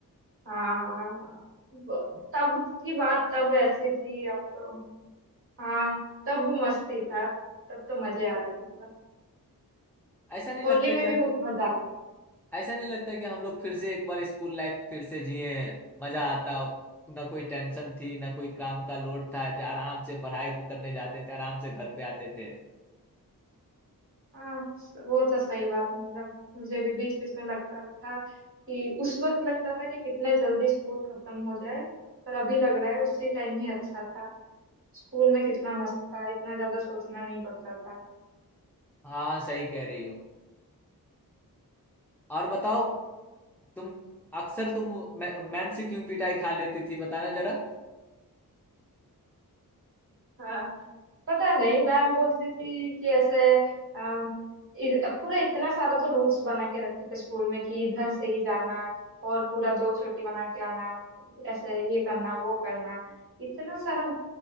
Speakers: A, on the right; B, in the centre.
A: हाँ हाँ ब- तब की बात तब ऐसी थी अब तो हाँ तब मस्ती था तब तो मजे आ रहा था पूरा
B: ऐसा नहीं
A: होली
B: लगता
A: में
B: कि
A: भी बहुत मजा था
B: ऐसा नहीं लगता कि हम लोग फिर से एक बार स्कूल लाइफ फिर से जिए मजा आता ना कोई टेंशन थी ना कोई काम का लोड था जा- आराम से पढ़ाई करने जाते थे आराम से घर पे आते थे
A: हाँ स- वो तो सही बात मतलब मुझे भी बीच बीच में लगता था कि उस वक्त लगता था कि कितने जल्दी स्कूल खत्म हो जाए पर अभी लग रहा है उसी टाइम ही अच्छा था स्कूल में कितना मस्त था इतना ज्यादा सोचना नहीं पड़ता था
B: हाँ सही कह रही हो और बताओ तुम अक्सर तुम वो मै- मैम से क्यों पिटाई खा लेती थी बताना जरा
A: हाँ पता नहीं मैम बोलती थी कि ऐसे अम, इ- पूरा इतना सारा तो रूल्स बना के रखे थे स्कूल में कि इधर से ही जाना और पूरा दो चोटी बना के आना और ऐसे ये करना वो करना इतना सारा